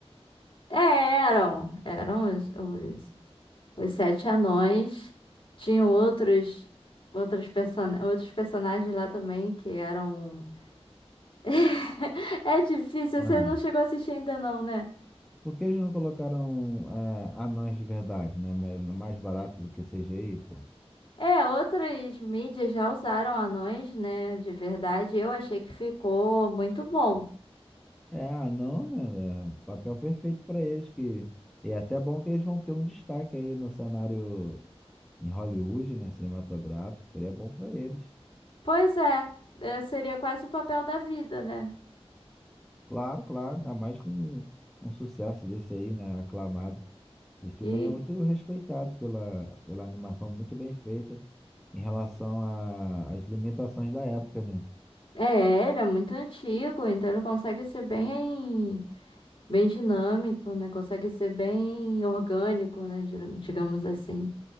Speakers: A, on the left (about 50°); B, in the centre.
A: É, eram. Eram os, os, os sete anões. Tinham outros, outros, person outros personagens lá também que eram. <laughs> É difícil.
B: Ué,
A: Você não chegou a assistir ainda, não, né?
B: por que eles não colocaram é, anões de verdade, né? Mais mais barato do que CGI, pô?
A: É, outras mídias já usaram anões, né? De verdade. Eu achei que ficou muito bom.
B: É, ah, não, né? é Papel perfeito para eles, que é até bom que eles vão ter um destaque aí no cenário em Hollywood, né? Cinematográfico, seria bom para eles.
A: Pois é. é, Seria quase o papel da vida, né?
B: Claro, claro, ainda mais com um sucesso desse aí, né? Aclamado. Esse filme
A: E
B: aí é muito respeitado pela, pela animação muito bem feita em relação a- às limitações da época, né?
A: é, ele é muito antigo, então ele consegue ser bem, bem dinâmico, né? Consegue ser bem orgânico, né? Dir- Digamos assim.